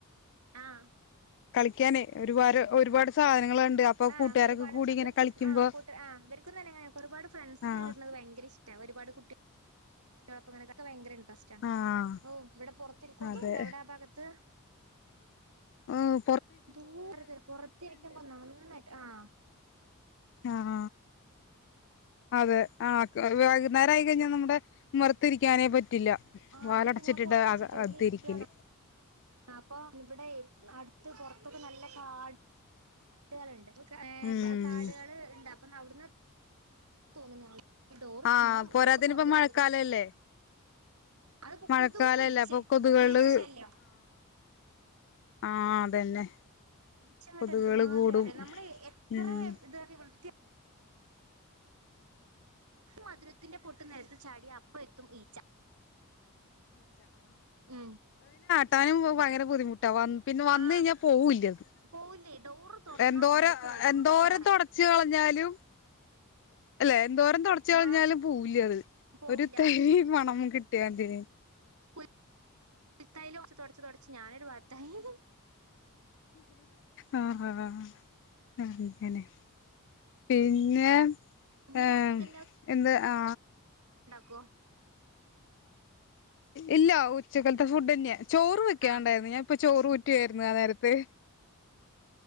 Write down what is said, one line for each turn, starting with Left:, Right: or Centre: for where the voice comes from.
Right: ആഹ്
Left: കളി കളിക്കാനെ ഒരുപാട് ഒരുപാട് സാധനങ്ങളുണ്ട് അപ്പൊ
Right: ആഹ
Left: കൂട്ടുകാരൊക്കെ
Right: ഒരുപാട്ർക്കും
Left: കൂടി ഇങ്ങനെ കളിക്കുമ്പോ
Right: കൂട്ട ആ് ഇവർക്കും തന്നെ ഒരുപാട് ഫ്രണ്ട്സിനെ
Left: ആഹ്
Right: ഇടുന്നത് ഭയങ്കര ഇഷ്ടമാണ് ഒരുപാട് കുട്ടികൾ പ്പങ്ങനക്കൊക്കെ ഭയങ്കര ഉണ്ട്
Left: ആഹ്
Right: ഓ ഇവിടെൊറത്തിരിക്കും കൊതുകുണ്ടൊ
Left: അതെ
Right: ആ ഭാഗത്ത്
Left: ഓ
Right: എന്തോരം പുറത്തിരിക്കുമ്പോ നന്നായിട്ട് ആഹ
Left: ആഹ അതെ ആഹ വൈകുന്നേരം ആയി കഴിഞ്ഞ നമ്മ ഉമ്മറത്തിരിക്കാനെ പറ്റി ഇല്ല
Right: ആഹ്
Left: വാതിലടച്ചിട്ടിട്ട്
Right: ഇതിപ്പോ ഞാൻ പുറത്ത്
Left: അകതിരിക്കല്
Right: സിറ്റോട്ടിൽ ഇരിക്കുകയാണ് അപ്പൊ ഇവിടെ അടുത്ത് പൊറത്തൊക്ക നല്ല കാട് ലുണ്ട്
Left: ഉം
Right: കാടുകൾ ഉണ്ട് അപ്പം അവിടുന്ന് തോന്നുന്ന ഈ ഡോർ
Left: ആഹ്
Right: മോ
Left: പോരാത്തതിന്
Right: ഡോർ തുറന്നട
Left: ഇപ്പ മഴക്കാലല്ലേ
Right: അത്ക്കൂത്ത
Left: മഴക്കാലല്ലേ
Right: മീച്ച
Left: അപ്പൊ കൊതുകള്
Right: ഈച്ച് ശല്യം
Left: ആഹ അതന്നെ
Right: ച്ചട്ട്
Left: കൊതുകള്
Right: എന്തുമാതി
Left: കൂടും
Right: അറിയാം നമ്മള് എത്ര
Left: ഉം
Right: ഇത വൃത്തി മധുരത്തിന്റെ പൊ അ നേരത്ത് ചാടിിയ അപ്പ എത്തും ഈച്ച ഉ
Left: എാനും ഭയ ബുദ്ധിമു് ട്ട വ പിന്നെ വന്ന
Right: ആഹ്
Left: കഴിഞ്ഞാൽ പോവൂില്ല അത്
Right: പോവില്ലേ ഡോറ് തുറന്നാ
Left: എന്തോര
Right: ഉള്ളിക്ക് ഒരൊറ്റ
Left: എന്തോര
Right: കേറാ
Left: തുടച്ചികൾ പറഞ്ഞാലും അല്ലെ എന്തോരം തുടച്ചു കളിഞ്ഞാലും
Right: ആഹ്
Left: പോൂല അത്
Right: പോവില്ല
Left: ഒരു തൈ പണം കിട്ടിയതിെ
Right: ചത്തല <unintelligible> തുടച്ച് തുടച്ച് ഞാനൊരു പാത്തായി
Left: ആ ആ അ എക്ക് <unintelligible> പിന്നെ
Right: ഇനി
Left: ഏർ
Right: രാത്രിക്ക്
Left: എന്താ ആ
Right: കൊ
Left: ഇല്ല ഉച്ചക്കലത്തെ ഫുഡ് തന്നെയാ ചോറ് വെക്കുണ്ടായിരുന്നു
Right: ആഹ്
Left: ഞാൻപ്പൊ ചോറ്ു കായിരുന്നു ആ നേരത്തെ